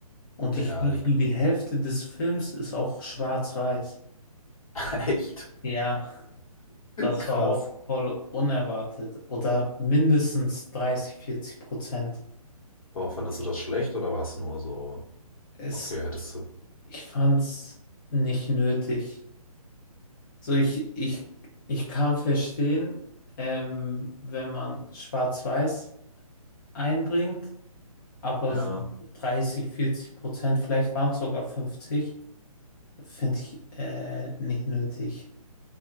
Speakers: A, on the left (about 35°); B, on the left (about 65°).
A: Und ich
B: Ja,
A: glaube,
B: ich,
A: so die Hälfte des Films ist auch schwarz-weiß.
B: <laughs> echt.
A: Ja, das
B: Krass.
A: war auch voll unerwartet. Oder mindestens 30, 40 Prozent.
B: Aber fandest du das schlecht oder war es nur so?
A: Es,
B: Okay, hättest du.
A: ich fand's nicht nötig. So, ich, ich, ich kann verstehen, ähm, wenn man schwarz-weiß einbringt, aber
B: Ja.
A: so 30, 40 Prozent, vielleicht waren es sogar 50, finde ich äh, nicht nötig.